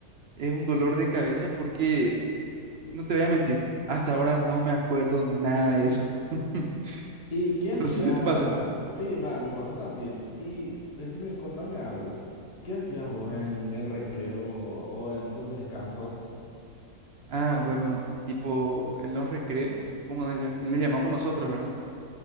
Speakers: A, on the right (about 65°); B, on the left (about 30°).
A: es un dolor de cabeza porque, no te voy a mentir, hasta ahora no me acuerdo nada de eso. <laughs>
B: ¿Y qué hacía?
A: No sé si te pasó. Mm.
B: Sí, ma- me pasó también. Y decime, contame algo. ¿Qué hacías vos en el recreo o en tus descansos?
A: Ah, bueno, tipo en los recreos, como le le llamamos nosotros, ¿verdad?